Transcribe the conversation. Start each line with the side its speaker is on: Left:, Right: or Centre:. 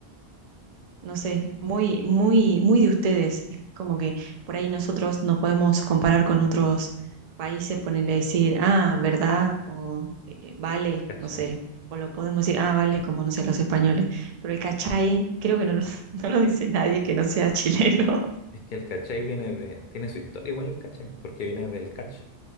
Right: no sé, muy, muy, muy de ustedes. Es como que por ahí nosotros nos podemos comparar con otros países, ponerle decir, ah, ¿verdad? O eh, vale,
Left: ¿cachai?
Right: no sé. O lo podemos decir, ah, vale, como no sé, los españoles. Pero el cachai, creo que no lo, <laughs> no lo dice nadie que no sea chileno. <laughs>
Left: Es que el cachai viene de, tiene su historia igual el cachai, porque viene del catch.